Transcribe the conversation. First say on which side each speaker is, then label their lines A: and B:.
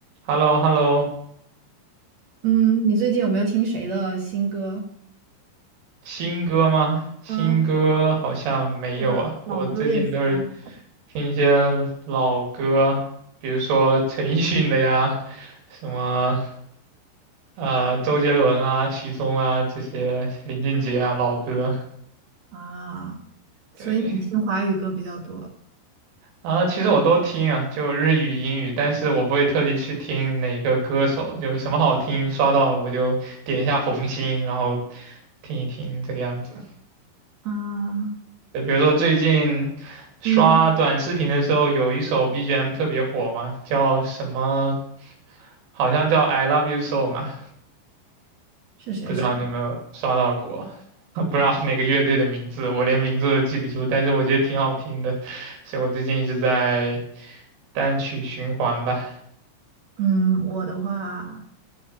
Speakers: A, on the right; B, on the right.
A: h e l l o h e l l o
B: 嗯，你最近有没有听谁的新歌
A: 新歌吗？新歌好像没有啊，
B: 嗯，或者老歌也行啊。
A: 我最近都是听一些老歌，比如说陈奕迅的呀，什么呃周杰伦啊、许嵩啊这些，林俊杰啊老歌。
B: 啊？所以你听华语歌比较多
A: 对啊，其实我都听啊，就日语、英语，但是我不会特地去听哪个歌手，就什么好听刷到了我就点一下红心，然后听一听这个样子。
B: 啊？
A: 就比如说最近刷短视频的时候，
B: 嗯，
A: 有一首 BGM 特别火嘛，叫什么？好像叫《I Love You So》嘛，
B: 是谁唱？
A: 不知道你有没有刷到过？<laughs> 不知道哪个乐队的名字，我连名字都记不住，但是我觉得挺好听的，所以我最近一直在单曲循环吧。
B: 嗯，我的话，